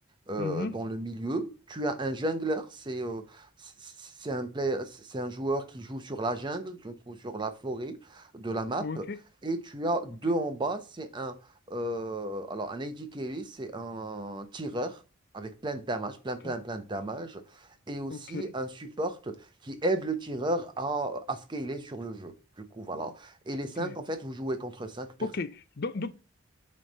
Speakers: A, on the right; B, on the left.
A: euh,
B: Mhm.
A: dans le milieu. Tu as un jongleur, c'est euh, c'est un play- c'est un joueur qui joue sur la jungle, du coup, sur la forêt de la map.
B: Ok.
A: Et tu as deux
B: Ok.
A: en bas, c'est un euh, alors un AD carry, c'est un tireur avec plein de damage, plein
B: Ok.
A: plein plein de damage, et aussi
B: Ok.
A: un support qui aide le tireur à, à scaler sur le jeu. Du coup, voilà. Et les
B: Ok.
A: cinq, en fait, vous jouez contre cinq personnes.
B: Ok. Donc, donc...